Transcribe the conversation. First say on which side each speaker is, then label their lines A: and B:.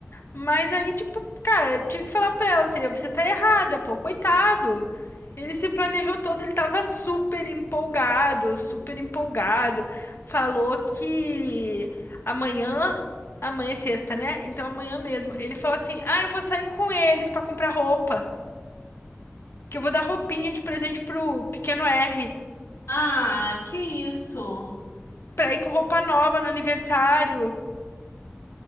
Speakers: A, on the left; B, on the left.
A: Mas aí, tipo, cara, eu tive que falar pra ela, entendeu? Você tá errada, pô, coitado. Ele se planejou todo, ele tava super empolgado, super empolgado. Falou que amanhã, amanhã é sexta, né? Então amanhã mesmo. Ele falou assim: "Ah, eu vou sair com eles pra comprar roupa, que eu vou dar roupinha de presente pro pequeno R,
B: Ah, que isso?
A: pra ir com roupa nova no aniversário".